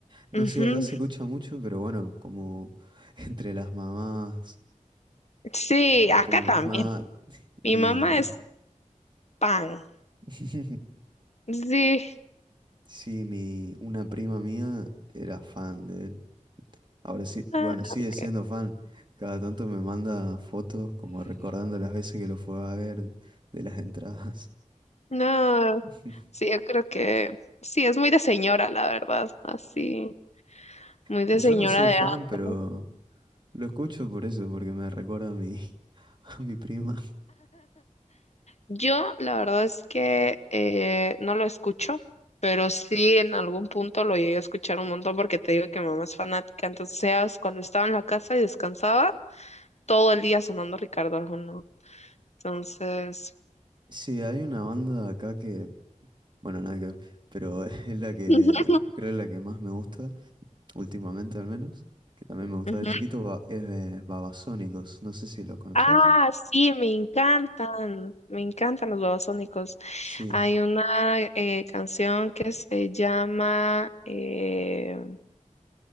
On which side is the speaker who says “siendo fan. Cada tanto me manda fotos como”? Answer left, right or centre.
Right